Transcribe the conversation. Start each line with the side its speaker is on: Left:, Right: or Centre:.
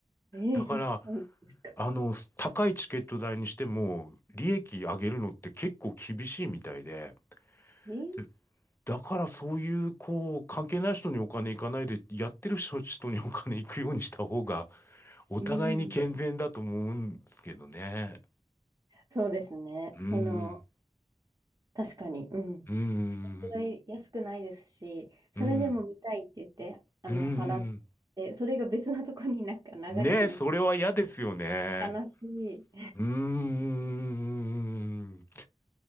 Right: ええそうなんですか。
Left: だから、あの、す高いチケット代にしても、利益上げるのって結構厳しいみたいで、
Right: ええ
Left: でだからそういう、こう、関係ない人にお金いかないで、やってる人人にお金いくようにした方が、お互いに健全だと思うんですけどね。
Right: うん。そうですね。
Left: うーん、
Right: その、確かに、うん。
Left: うーん、
Right: チケット代安くないですし、それでも見たいって言って、
Left: うーん、
Right: あの、
Left: うーん。
Right: 払って、それが別のとこになんか流れていっちゃ
Left: ねえ、それは嫌ですよね。
Right: う。悲しい。
Left: うーん。